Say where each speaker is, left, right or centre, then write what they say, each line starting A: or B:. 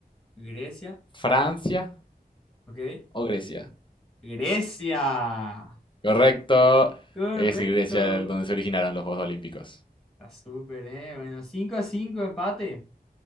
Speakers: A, in the centre; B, on the left.
A: Grecia,
B: Francia
A: ok.
B: o Grecia?
A: Grecia.
B: Correcto,
A: Correcto.
B: es Grecia el donde se originaron los Juegos Olímpicos.
A: Está súper, ¿eh? Bueno, 5 a 5, empate.